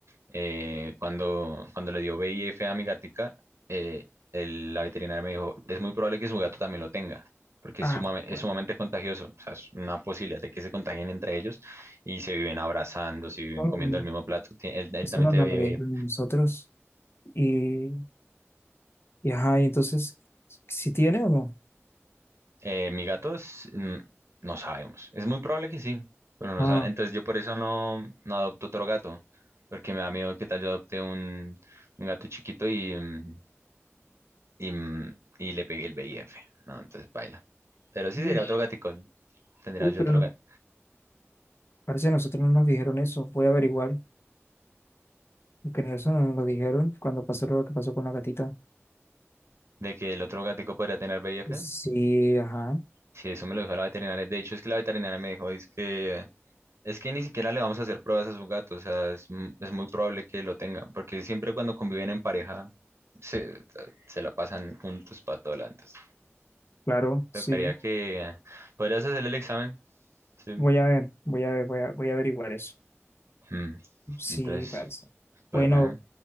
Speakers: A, on the right (about 70°); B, on the left (about 55°).
A: eh, cuando, cuando le dio VIF a mi gatica, eh, el- la veterinaria me dijo, es muy probable que su gato también lo tenga, porque
B: Ah,
A: es, sumame- es
B: bueno,
A: sumamente contagioso, o sea, es una posibilidad de que se contagien entre ellos y se viven abrazando, se viven
B: no, no,
A: comiendo
B: no.
A: el mismo plato. Ti- Él, él
B: Eso
A: también
B: no,
A: tiene
B: no
A: VIF.
B: lo leemos nosotros. Y Y ajá, y entonces, ¿si tiene o no?
A: Eh, mi gato es, mm, no sabemos, es muy probable que sí, pero no
B: Ah,
A: sa- Entonces yo por eso no, no adopto otro gato, porque me da miedo que tal yo adopte un, un gato chiquito y... mm, y, mm, y le pegué el VIF, ¿no? Entonces baila. Pero sí
B: Uy,
A: sería otro gatico, tendría
B: uy,
A: yo
B: pero
A: otro
B: no,
A: gato.
B: parece que nosotros no nos dijeron eso. Voy a averiguar, porque eso no nos lo dijeron cuando pasó lo que pasó con la gatita.
A: De que el otro gatico podría tener VIF,
B: Sí, ajá,
A: sí, eso me lo dijo la veterinaria. De hecho, es que la veterinaria me dijo, es que, es que ni siquiera le vamos a hacer pruebas a su gato, o sea, es, m- es muy probable que lo tenga, porque siempre cuando conviven en pareja, se, se la pasan juntos para todo lado. Entonces,
B: claro, sí.
A: tocaría que, podrías hacer el examen, sí.
B: Voy a ver, voy a ver, voy a, voy a averiguar eso.
A: Mm,
B: Sí,
A: Entonces,
B: parce.
A: pues
B: Bueno,
A: bueno,